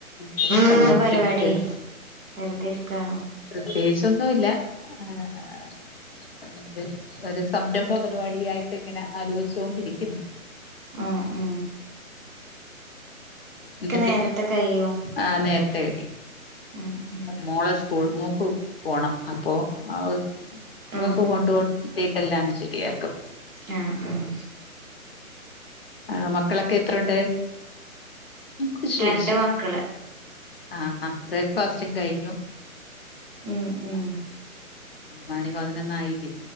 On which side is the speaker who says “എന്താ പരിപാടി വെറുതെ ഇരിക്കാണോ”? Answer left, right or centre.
Right